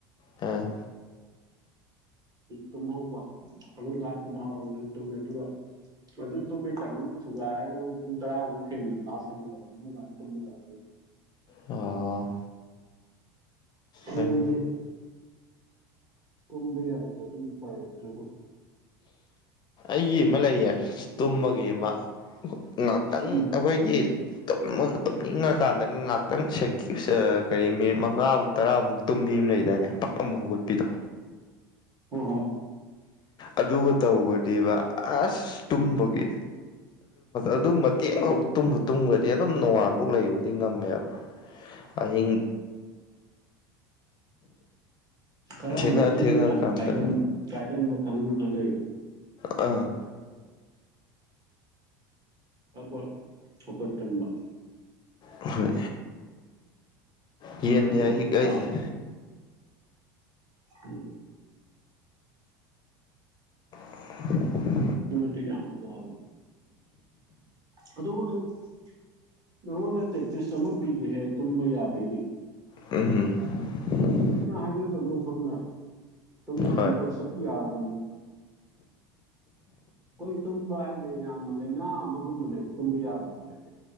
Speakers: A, on the left; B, on the right.
A: ꯑ
B: ꯇꯨꯝꯍꯧꯕ ꯑꯗꯨꯒꯥꯟ ꯇꯨꯝꯍꯧꯕ ꯅꯪ ꯇꯨꯝꯃꯦ ꯑꯗꯨꯒ ꯑꯗꯨ ꯇꯨꯝꯃꯦ ꯆꯅꯤꯨ ꯊꯨꯒꯥꯏ ꯄꯨꯡ ꯇꯔꯥꯃꯨꯛ ꯍꯦꯟꯅ ꯇꯥꯁꯟꯂꯕ ꯍꯥꯟ ꯇꯃꯦ <inaudible>
A: ꯑꯣ
B: <inaudible>
A: ꯍꯣꯏꯅꯦ
B: ꯇꯨꯝꯕ ꯌꯥꯔꯛꯇꯔꯗꯤ ꯎꯄꯥꯢ ꯂꯩꯇꯦ
A: ꯑꯩꯒꯤ ꯑꯃ ꯂꯩꯌꯦ ꯇꯨꯝꯕꯒꯤ ꯑꯃ ꯉꯥꯛꯇꯪ
B: ꯎꯝ
A: ꯑꯩꯈꯣꯏꯒꯤ ꯇꯨꯝꯅꯤꯡꯉꯀꯥꯟꯗ ꯉꯥꯏꯍꯥꯛꯇꯪ ꯁ ꯀꯔꯤ ꯃꯤꯅꯤꯠ ꯃꯉꯥꯃꯨꯛ ꯇꯔꯥꯃꯨꯛ ꯇꯣꯝꯕꯤ ꯑꯃ ꯂꯩꯗꯥꯏꯅꯦ ꯄꯛ ꯑꯃꯨꯛ ꯍꯧꯒꯠꯄꯤꯗꯣ
B: ꯍꯣꯏ ꯍꯣꯏ
A: ꯑꯗꯨꯒ ꯇꯧꯕꯗꯤꯕ ꯑꯁ ꯇꯨꯝꯕꯒꯤ ꯑꯗꯨ ꯃꯇꯦꯡ ꯈ ꯇꯨꯝꯕ ꯇꯨꯝꯈ꯭ꯔꯗꯤ ꯑꯗꯨꯝ ꯅꯣꯡꯉꯥꯟꯐꯥꯎ ꯂꯩꯕꯗꯤ ꯉꯝꯃꯦꯕ ꯑꯍꯤꯡ
B: ꯈꯔ
A: ꯊꯦꯡꯉ
B: ꯑꯃ ꯇꯨꯝꯕ
A: ꯊꯦꯡꯉꯀꯥꯟꯗ
B: ꯌꯥꯝꯅ ꯀꯥꯏꯒꯟ ꯀꯥꯏꯒꯟꯕ ꯀꯥꯡꯕꯨ ꯈꯔ ꯂꯩꯩꯕ
A: ꯑꯥ
B: ꯐꯥꯛ ꯐꯥꯛ ꯍꯧꯒꯠꯒꯥꯟꯕ
A: ꯍꯣꯏ ꯌꯦꯟꯅꯦ
B: ꯑꯗꯨ ꯌꯥꯝ
A: ꯑꯍꯤꯛ ꯑꯩꯁꯦ
B: ꯋꯥ ꯎꯝ
A: <unintelligible>
B: ꯀꯤꯃꯠꯇꯤ ꯀꯃ ꯋꯥ ꯑꯗꯣꯕꯨ ꯅꯪ <inaudible> ꯅꯪꯉꯣꯟꯗ ꯄ꯭ꯔꯦꯛꯇꯤꯁ ꯑꯃ ꯄꯤꯒꯦꯍꯦ ꯇꯨꯝꯕ ꯌꯥꯕꯩꯗꯤ
A: ꯎꯝ ꯎꯝ
B: ꯐꯅ ꯍꯥꯢꯖꯁꯨꯅꯣ ꯈꯪꯉꯕ
A: ꯍꯣꯏ
B: ꯀꯝꯄꯜꯁꯔꯤꯌꯥ ꯌꯥꯔꯗꯝꯅꯤ ꯍꯈꯣꯏ ꯇꯨꯝꯕ ꯍꯥꯏꯁꯦ ꯌꯥꯝꯅ ꯂꯥꯏꯅꯥ ꯑꯃꯒꯨꯝꯕꯅꯦꯕ ꯇꯨꯝꯕ ꯌꯥꯗꯕ ꯍꯥꯏꯁꯦ